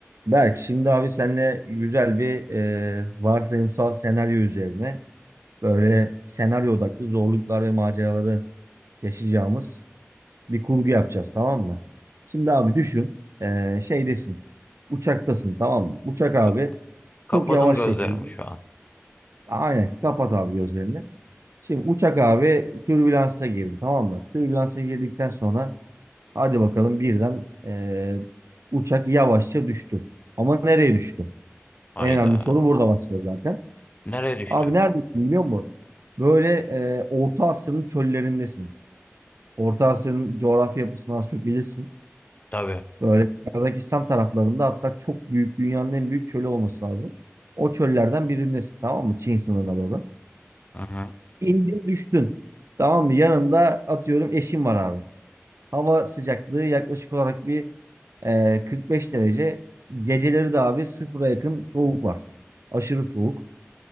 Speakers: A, on the right; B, on the left.
A: Berk, şimdi abi seninle güzel bir e, varsayımsal senaryo üzerine böyle senaryo odaklı zorluklar ve maceraları yaşayacağımız bir kurgu yapacağız tamam mı? Şimdi abi düşün e, şeydesin uçaktasın tamam mı? Uçak abi
B: Ka- kapadım
A: çok yavaş
B: gözlerimi
A: şekilde
B: şu an.
A: aynen kapat abi gözlerini. Şimdi uçak abi türbülansa girdi tamam mı? Türbülansa girdikten sonra hadi bakalım birden e, uçak yavaşça düştü. Ama nereye düştü?
B: Hayda.
A: En önemli soru burada başlıyor zaten.
B: Nereye düştü?
A: Abi neredesin biliyor musun? Böyle e, Orta Asya'nın çöllerindesin. Orta Asya'nın coğrafya yapısını az çok bilirsin.
B: Tabii.
A: Böyle Kazakistan taraflarında hatta çok büyük, dünyanın en büyük çölü olması lazım. O çöllerden birindesin tamam mı? Çin sınırına doğru.
B: Hı hı.
A: İndin düştün. Tamam mı? Yanında atıyorum eşin var abi. Hava sıcaklığı yaklaşık olarak bir e, 45 derece. Geceleri de abi sıfıra yakın soğuk var. Aşırı soğuk.